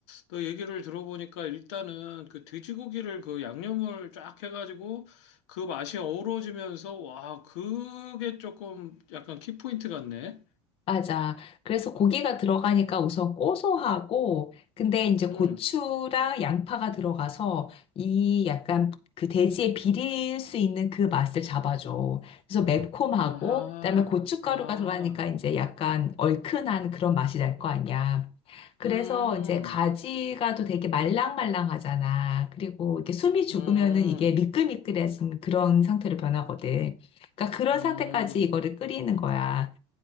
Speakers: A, on the left (about 70°); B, on the left (about 40°).
A: 너 얘기를 들어보니까 일단은 그 돼지고기를 그 양념을 쫙 해가지고 그 맛이 어우러지면서 와, 그게 조금 약간 키포인트 같네.
B: 맞아. 그래서 고기가 들어가니까 우선 고소하고, 근데 이제 고추랑
A: 음,
B: 양파가 들어가서 이 약간 그 돼지의 비릴 수 있는 그 맛을 잡아줘. 그래서 매콤하고,
A: 아하,
B: 그다음에 고춧가루가
A: 아,
B: 들어가니까 이제 약간 얼큰한 그런 맛이 날 거 아니야. 그래서
A: 음,
B: 이제 가지가도 되게 말랑말랑하잖아. 그리고 이게 숨이 죽으면은
A: 음,
B: 이게 미끌미끌해진 그런 상태로 변하거든. 그러니까 그런
A: 음,
B: 상태까지 이거를 끓이는 거야.